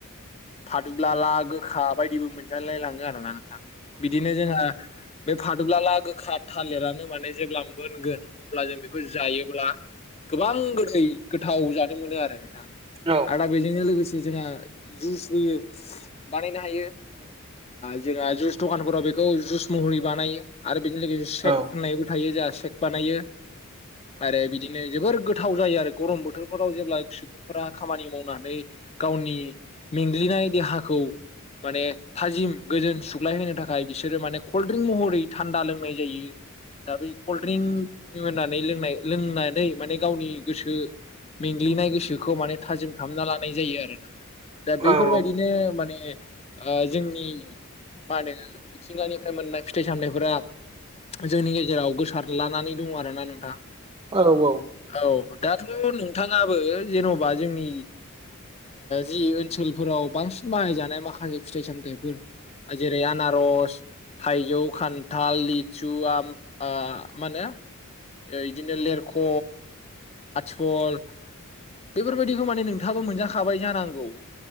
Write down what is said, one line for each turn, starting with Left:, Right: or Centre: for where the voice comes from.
Left: फादुबलाला गोखा बायदिबो मोनजालायलाङो आरोना नोंथां बिदिनो जोंहा बे फादोबलाला गोखा थालिरानो माने जेब्ला मोनगोन अब्ला जों बेखौ जायोब्ला गोबां गोदै गोथाव जानो मोनो आरो नोंथां
Right: औ
Left: आरोदा बेजोंनो लोगोसे जोंहा जुस होयो बानायनो हायो जोंहा जुइस दखानफोराव बेखौ जुइस महरै बानायो आरो बेजों लोगोसे सेक
Right: औ
Left: होननायबो थायो जाहा सेक बानायो आरो बिद बिदिनो जोबोर गोथाव जायो आरो गरम बोथोरफोराव जेब्ला सुबुंफोरा खामानि मावनानै गावनि मेंग्लिनाय देहाखौ माने थाजिम गोजोन सुग्लाय होनो थाखाय बिसोरो माने कल्ड्रिंक महरै थान्दा लोंनाय जायो दा बे कल्डड्रिंक होननानै लोंनाय लोंनानै माने गावनि गोसो मेंग्लिनाय गोसोखौ माने थाजिम खालामना लानाय जायो आरोना दा बेफोरबायदि
Right: औ
Left: बिनो माने ओ जोंनि मा होनो मिथिंगानिफ्राय मोननाय फिथाइ सामथाइफोरा जोंनि गेजेराव गोसार लानानै दङ आरोना नोंथां
Right: औ औ
Left: औ दाथ' नोंथाङाबो जेन'बा जोंनि जि ओनसोलफोराव बांसिन बाहाय जानाय माखासे फिथाइ सामथाइफोर ओ जेरै आनार'स थाइजौ, खान्थाल, लिसु आम माहोनो बिदिनो लेरख', आथिकल बेफोरबायदिखौ माने नोंथाङाबो मोनजाखाबाय जानांगौ